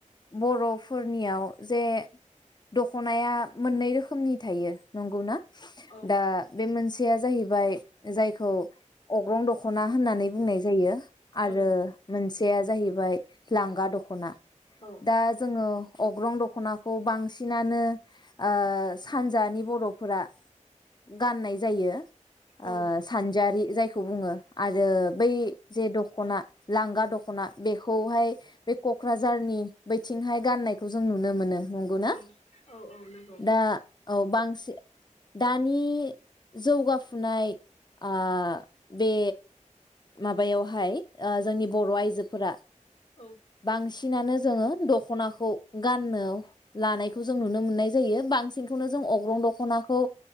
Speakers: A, on the left; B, on the left.
A: बरफोरनियाव जे दखनाया मोननै रोखोमनि थायो नंगौना
B: औ
A: दा बे मोनस सेया जाहैबाय जायखौ अग्रं दखना होननानै बुंनाय जायो आरो
B: औ
A: मोनसे सेया जाहैबाय लांगा दखना
B: औ
A: दा जोङो अग्रं दखनाखौ बांसिनानो ओ सान जानि बरफोरा गाननाय जायो
B: औ
A: ओ सानजारि जाय खौ बुङो आरो बै जे द खना लांगा दख खना बेखौहाय बे कक्राझारनि बैथिंहाय गाननायखौ जों नुनो मोनो नंगौना
B: औ औ औ नंगौ
A: दा औ बांसिन दानि जौगाफुनाय आ बे माबायावहाय आ जोंनि बर आइजोफोरा
B: औ
A: बांसिन सिनानो जोङो दखनाखौ गाननो लानायखौ जों नुनो मोननाय जायो बांसिनखौनो जों अग्रं दखनाखौ